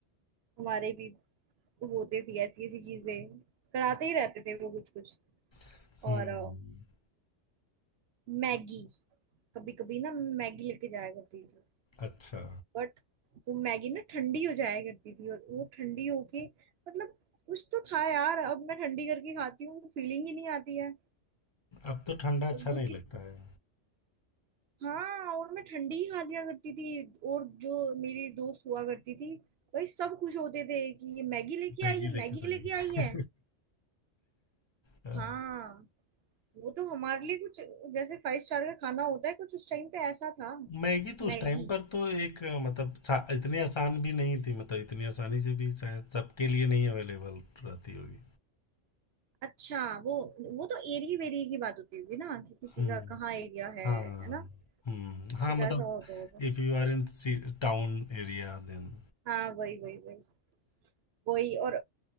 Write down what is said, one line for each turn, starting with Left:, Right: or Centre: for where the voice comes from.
Right: हमारे भी होते थे ऐसी ऐसी चीजें कराते ही रहते थे वो कुछ कुछ
Left: <laughs> हम्म
Right: और अ, मैगी कभी कभी ना मैगी लेके जाया करती थी
Left: अच्छा
Right: बट वो मैगी ना ठंडी हो जाया करती थी और वो ठंडी होके मतलब कुछ तो था यार अब मैं ठंडी करके खाती हूँ फीलिंग ही नहीं आती है
Left: अब तो ठंडा अच्छा
Right: और वो
Left: नहीं लगता
Right: थी
Left: है
Right: हाँ और मैं ठंडी ही खा लिया करती थी और जो मेरी दोस्त हुआ करती थी भाई सब खुश होते थे कि ये मैगी लेके
Left: मैगी
Right: आई है मैगी
Left: लेकर आई
Right: लेके आई है
Left: है हाँ।
Right: हाँ वो तो हमारे लिए कुछ जैसे फाइव स्टार का खाना होता है कुछ उस टाइम पे ऐसा था
Left: मैगी तो
Right: मैगी
Left: उस टाइम पर तो एक अ, मतलब सा- इतनी आसान भी नहीं थी मतलब इतनी आसानी से भी शायद सबके लिए नहीं अवेलेबल रहती होगी
Right: अच्छा वो वो तो एरिया वेरिया की बात होती होगी ना कि किसी
Left: हम्म
Right: का कहाँ एरिया है
Left: हाँ
Right: है ना
Left: हम्म हाँ
Right: कुछ
Left: मतलब
Right: ऐसा होता होगा
Left: if you are in town area then
Right: हाँ वही वही वही वही और